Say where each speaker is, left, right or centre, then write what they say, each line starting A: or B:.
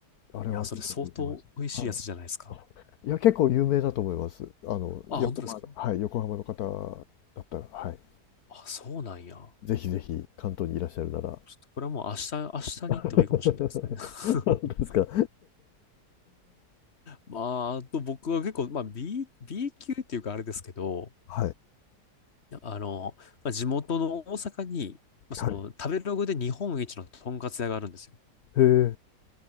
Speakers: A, on the left; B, on the left.
A: あれはもう出てました。
B: いや、それ相当美味しいやつじゃないですか。
A: はい。いや、結構有名だと思います。あの、
B: あ、
A: 横浜、
B: 本当ですか
A: はい、横浜の方だったら、はい。
B: あ、そうなんや。ちょ
A: ぜひぜひ、関東にいらっしゃるなら。
B: っとこれはもう明日、明日に行ってもいいかもしれないですね。
A: <laughs>
B: <laughs>
A: 本当ですか。
B: まあ、あと僕は結構、まあ B、B 級っていうかあれですけど、
A: はい。
B: あの、まあ、地元の大阪に、まあ、
A: はい。
B: その食べログで日本一のとんかつ屋があるんですよ。
A: へえ。